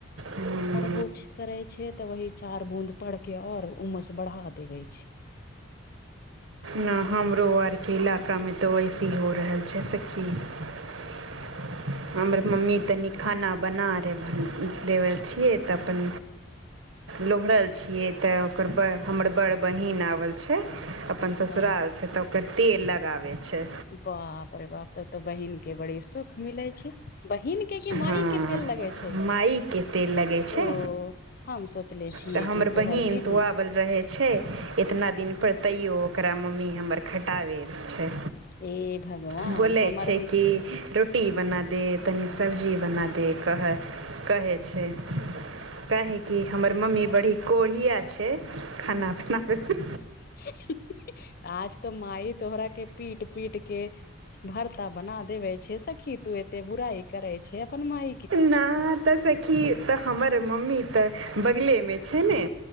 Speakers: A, on the right; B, on the left.
A: <inaudible> हूँ
B: बोछ करे छै तऽ वही चार बूंद पढ़ के और उमस बढ़ा देवे छै
A: नहि हमरो आर केलक का मे तो ओसी हो रहल छै सखी <inaudible> हमर मम्मी तन खाना बना ले दैबल छियै तऽ अपन लुरहल छियै तैन ओकर हमर बड़ बहिन आबल छै अपन ससुरालसँ
B: हँ
A: तऽ ओकर तेल लगाबै छै
B: बाप रे बाप तब तऽ बहिन केँ बड़ी सुख मिले छै बहिन केँ केँ माई
A: हँ
B: केँ तेल लगे छै
A: माइके
B: <inaudible>
A: तेल लगै छै
B: ओ हम सोचले छी किया
A: तऽ हमर
B: की तोहर
A: बहिन
B: दीदी
A: तऽ आबल रहै छै एतना दिन पर तैयो ओकरा मम्मी हमर खटाबै छै
B: ए भगवान
A: <unintelligible> बोलै
B: हमर
A: छै कि रो टी बना दे तनी सब्जी बना दे कहै <inaudible> कहै छै <inaudible> काहेकि हमर मम्मी बड़ी कोरीया आ छै खाना बनाबै में
B: <unintelligible> आज तऽ माइ तोहरा केँ पीट पीट केँ भर्ता बना देवे छै सखी तू एते बुराइ करे छै छै ओकर माई
A: ना तऽ सखी तऽ हमर मम्मी तऽ बगलेमे छै ने